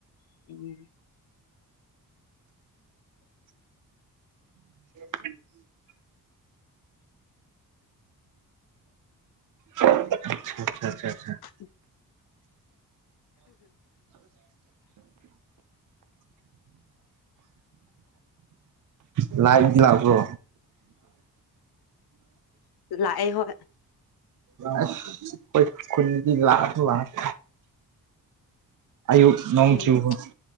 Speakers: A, on the left; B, on the right.
A: <unintelligible>
B: <unintelligible> ꯑꯠꯆꯥ ꯆꯥ ꯆꯥ
A: <unintelligible>
B: <unintelligible> ꯂꯥꯏꯠ ꯂꯛꯄ꯭ꯔꯣ
A: ꯂꯛꯑꯦ ꯍꯣꯏ
B: ꯑꯁ ꯑꯩꯈꯣꯏ ꯈꯨꯟꯗꯗꯤ ꯂꯥꯛꯁꯨ ꯂꯥꯛ ꯑꯌꯨꯛ ꯅꯣꯡ
A: ꯎꯝ
B: ꯆꯨꯕꯒꯤ